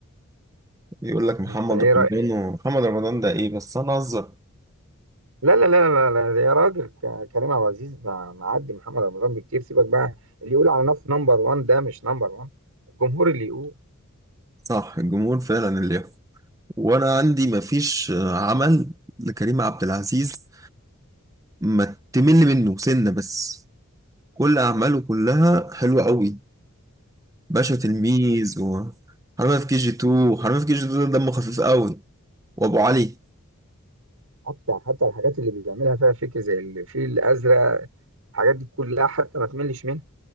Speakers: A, on the right; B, on the right.
A: يقول لك محمد
B: انت ايه
A: رمضان ومحمد رمضان ده ايه بس انا اهزر
B: لا لا لا لا لا لا، يا راجل ك- كريم عبد العزيز مع- معدي محمد رمضان بكتير سيبك بقى اللي يقول على نفسه نمبر 1 ده مش نمبر 1 الجمهور اللي يقول
A: صح الجمهور فعلا اللي يحكم وانا عندي مفيش آه، عمل لكريم عبد العزيز ما تمل منه سنة بس كل اعماله كلها حلوة قوي باشا تلميذ وحرامية في كي جي 2 وحرامية في كي جي 2 ده دمه خفيف قوي وابو علي
B: حتى حتى الحاجات اللي بيعملها فيها فكر زي الفيل الازرق الحاجات دي كلها حتى ما تملش منها